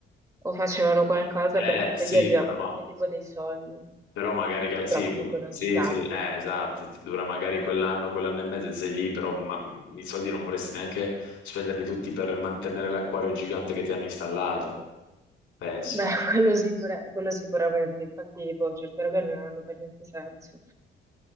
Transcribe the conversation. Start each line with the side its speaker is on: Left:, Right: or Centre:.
Right: o facevano qualcosa
Left: Eh
Right: per cui poi
Left: sì,
Right: gli arrivavano
Left: però.
Right: anche tipo dei soldi,
Left: Però magari cap- sì,
Right: però comunque non
Left: sì,
Right: ci campi.
Left: sì, eh, esatto, ti dura magari quell'anno, quell'anno e mezzo e sei lì, però ma- mhmm, i soldi non vorresti neanche spenderli tutti per mantenere l'acquario gigante che ti hanno installato, penso.
Right: Beh, <laughs> quello, sicura- quello sicuramente, infatti, boh, certe robe non hanno per niente senso.